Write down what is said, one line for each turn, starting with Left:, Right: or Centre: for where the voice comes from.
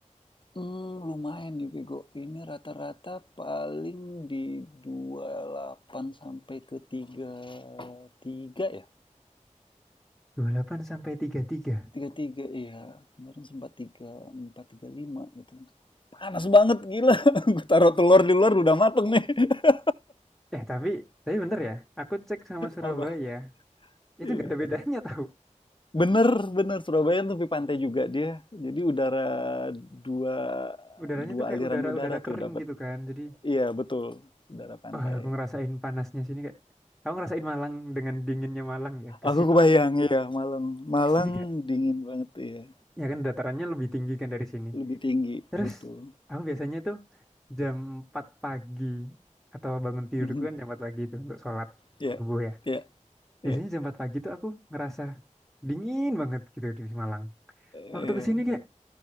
Left: Mmm, lumayan nih, Vigo. Ini rata-rata paling di 28 sampai ke tiga tiga ya?
Centre: dua puluh delapan sampai tiga puluh tiga
Left: Tiga tiga ya. Kemarin sempat tiga empat tiga lima gitu. Panas banget, gila. <laughs> Gue taruh telur di luar udah mateng nih. <laughs>
Centre: Eh tapi, tapi bentar ya. Aku cek sama Surabaya,
Left: Apa?
Centre: itu
Left: Iya.
Centre: nggak ada bedanya tahu.
Left: Bener bener, Surabaya kan tepi pantai juga dia. Jadi udara dua
Centre: Udaranya
Left: dua
Centre: tuh kayak
Left: aliran
Centre: udara-udara
Left: udara tuh
Centre: kering
Left: dapat.
Centre: gitu kan. Jadi,
Left: Iya, betul. Udara pantai.
Centre: wah aku ngerasain panasnya sini kayak, aku ngerasain Malang dengan dinginnya Malang ya. kesini
Left: Aku kebayang,
Centre: kesini
Left: ya Malang. Malang
Centre: ke kayak,
Left: dingin banget, ya
Centre: ya kan datarannya lebih tinggi kan dari sini.
Left: Lebih tinggi,
Centre: Terus
Left: betul.
Centre: aku biasanya tuh jam 4 pagi atau bangun tidurku
Left: Mhm.
Centre: kan jam 4 pagi itu untuk sholat
Left: ya ya
Centre: subuh ya.
Left: iya. Iya.
Centre: Biasanya jam 4 pagi tuh aku ngerasa dingin banget gitu di Malang. Waktu
Left: Iya.
Centre: ke sini kayak